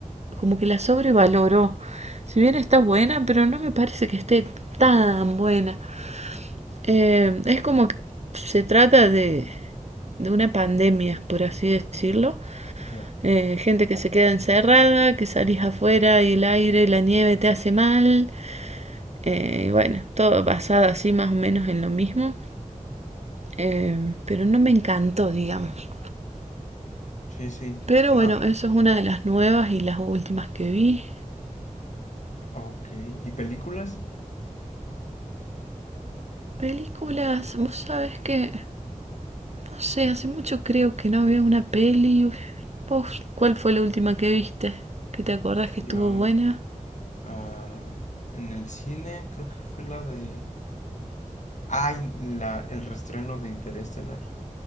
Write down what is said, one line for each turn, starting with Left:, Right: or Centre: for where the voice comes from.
Right: como que la sobrevaloró, si bien está buena, pero no me parece que esté tan buena. Eh, es como que se trata de, de una pandemia, por así decirlo.
Left: ya.
Right: Eh, gente que se queda encerrada, que salís afuera y el aire, la nieve te hace mal. Eh, y bueno, todo basado así más o menos en lo mismo. Eh, pero no me encantó, digamos.
Left: Sí, sí.
Right: Pero bueno,
Left: Ah, pues.
Right: eso es una de las nuevas y las últimas que vi.
Left: Ok. ¿Y películas?
Right: Películas, vos sabés que, no sé, hace mucho creo que no veo una peli. Uf, ¿Vos cuál fue la última que viste? ¿Que te acordás que
Left: Yo,
Right: estuvo buena?
Left: ah, en el cine creo que fue la de... Ah, y la, el reestreno de Interestelar